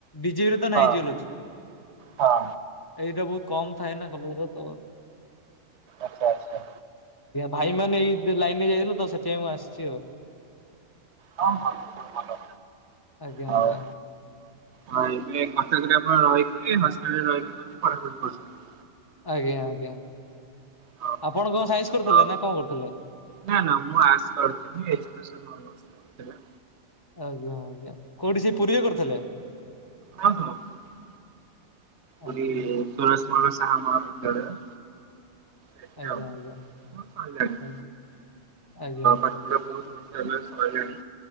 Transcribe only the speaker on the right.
ହଁ
ହଁ।
ଆଚ୍ଛା-ଆଚ୍ଛା।
ହଁ-ହଁ ଭଲ
ହଉ।
ହଁ ଏବେ କଟକରେ ଆପଣ ରହିକି, ହଷ୍ଟେଲରେ ରହିକି ମଧ୍ୟ ପଢାପଢି କରୁଛନ୍ତି।
ହଁ
ହଁ
ନା, ନା ମୁଁ ଆର୍ଟ୍ସ କରୁଥିଲି। ଏଜୁକେଶନ ଅନର୍ସ ମୋର ଥିଲା।
ହଁ, ହଁ ପୁରୀ। ପୁରୀ
ସୁରଜ ଶାହା ମହାବିଦ୍ୟାଳୟ। ସେଠି
ଆଉ ମୋ
ସଇଲାଣି
ପାଠ ପଢ଼ା <unintelligible> କେବେଠୁ ସଇଲାଣି,